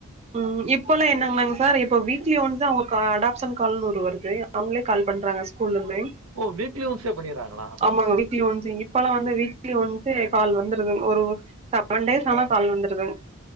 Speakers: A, on the right; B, on the right.
A: ம் இப்பல்லா என்னங்கனாங்க சார் இப்ப வீக்லி ஒன்ஸ் அவங்க கா அடாப்ஷன் கால்னு ஒன்னு வருது அவங்களே கால் பண்றாங்க ஸ்கூல்ல இருந்தே
B: ஓ வீக்லி ஒன்சே பண்ணீர்றாங்களா
A: ஆமாங்க வீக்லி ஒன்ஸ் இப்பல்லா வந்து வீக்லி ஒன்சே கால் வந்துருதுங்க ஒரு செவன் டேஸ் ஆனா
B: ஆ
A: கால் வந்துருதுங்க